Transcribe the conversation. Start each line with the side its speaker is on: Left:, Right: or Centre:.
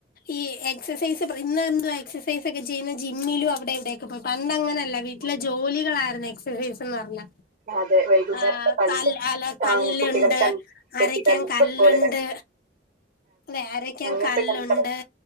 Left: ഈ എക്സൈസ് ഇന്ന് എന്തോ എക്സൈസ ഒക്കെ ചെയ്യുന്ന ജിമ്മില്ലും അവിടെവിടെയൊക്കെ പോയി പണ്ട് അങ്ങനെല്ല വീട്ടിലെ
Right: ഉം.
Left: ജോലികളായിരുന്നു എക്സസൈസ്ന്ന് പറഞ്ഞ
Right: അതെ വൈകുന്നേരത്തെ
Left: ആഹ്
Right: കളികൾ
Left: കല് അല്ല കല്ലുണ്ട്
Right: കുട്ടികളെ ക്രിക്കറ്റ്
Left: അരക്കാൻ
Right: കളി
Left: കല്ലുണ്ട്
Right: ഫുട്ബോൾ കളി
Left: അതെ അരക്കാൻ
Right: അങ്ങനത്തെ
Left: കല്ലുണ്ട്
Right: കളികളൊക്കെ